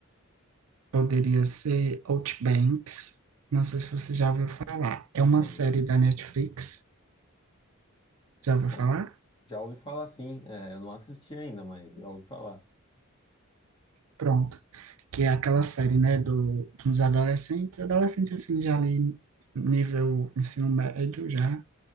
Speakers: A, on the right; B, on the left.
A: Poderia ser Outbanks. Não sei se você já ouviu falar. É
B: Conheço.
A: uma série da Netflix. Já ouviu
B: conhe-
A: falar?
B: Já ouvi falar sim, é, eu não assisti ainda, mas já ouvi falar.
A: Pronto. Que é aquela série, né, do, dos adolescentes. Adolescentes, assim, já ali nível ensino médio já.